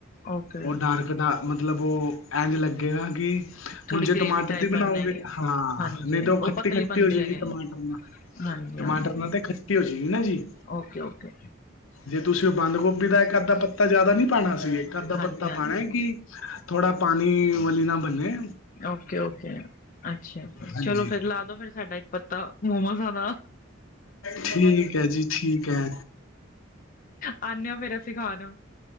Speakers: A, on the left (about 40°); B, on the left (about 80°).
A: ਓਕੇ
B: ਉ ਡਾਰਕ ਡਾ ਮਤਲਬ ਉਹ ਏੰਜ ਲੱਗੇਗਾ ਕਿ
A: ਥੋੜੀ
B: ਹੁਣ ਜੇ
A: ਗ੍ਰੇਵੀ
B: ਟਮਾਟਰ
A: ਟਾਈਪ
B: ਦੀ
A: ਬਣ
B: ਬਨਾਓਗੇ
A: ਹੈਗੀ ਹੈ
B: ਹਾਂ
A: ਹਾਂਜੀ
B: ਨਈ ਤੇ ਓ
A: ਉਹ
B: ਖੱਟੀ-ਖੱਟੀ
A: ਪਤਲੀ ਬਣਦੀ
B: ਹੋਜੇਗੀ
A: ਹੈਗੇ
B: ਟਮਾਟਰ ਨਾਲ।
A: ਹਾਂਜੀ-ਹਾਂਜੀ
B: ਟਮਾਟਰ ਨਾ ਤੇ ਖੱਟੀ ਹੋਜੇਗੀ ਨਾ ਜੀ।
A: ਓਕੇ-ਓਕੇ
B: ਜੇ ਤੁਸੀਂ ਓ ਬੰਦ ਗੋਭੀ
A: ਠੀਕ
B: ਦਾ ਇੱਕ ਅੱਧਾ
A: ਹੈ
B: ਪੱਤਾ
A: ਠੀਕ
B: ਜਿਆਦਾ ਨੀ ਪਾਣਾ ਸੀ ਇਕ ਅੱਧਾ
A: ਹਾਂਜੀ-ਹਾਂਜੀ,
B: ਪੱਤਾ ਪਾਣਾ ਏ ਕਿ ਥੋੜਾ ਪਾਨੀ ਵਲੀ ਨਾ ਬੰਨੇ
A: ਓਕੇ, ਓਕੇ ਅੱਛਾ
B: ਹਾਂਜੀ
A: ਚਲੋ ਫਿਰ ਲਾ ਦੋ ਫਿਰ ਸਾਡਾ ਇੱਕ ਪੱਤਾ ਮੋਮੋਜਾ ਦਾ
B: ਠੀਕ ਏ ਜੀ, ਠੀਕ ਏ।
A: ਆਨੇ ਆ ਫੇਰ ਅਸੀਂ ਖਾਨ।